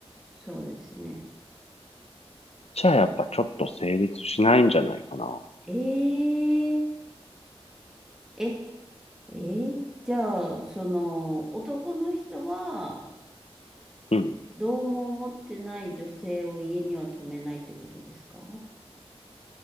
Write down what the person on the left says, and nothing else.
じゃあやっぱちょっと成立しないんじゃないかな。
うん。